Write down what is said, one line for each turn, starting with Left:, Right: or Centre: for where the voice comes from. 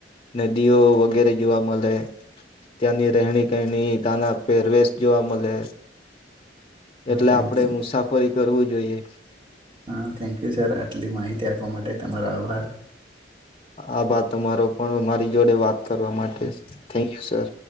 Left: નદીઓ વગેરે જોવા મળે, ત્યાંની રહેણી, કહેણી તા ના પહેરવેશ જોવા મળે એટલે
Right: થેન્ક
Left: આપડે
Right: યુ
Left: મુસાફરી કરવું જોઈએ.
Right: હા, થેન્ક યુ સર. આટલી માહિતી આપવા માટે તમારો આભાર.
Left: આભાર તમારો પણ મારી જોડે વાત કરવા માટે, થેન્ક યુ સર.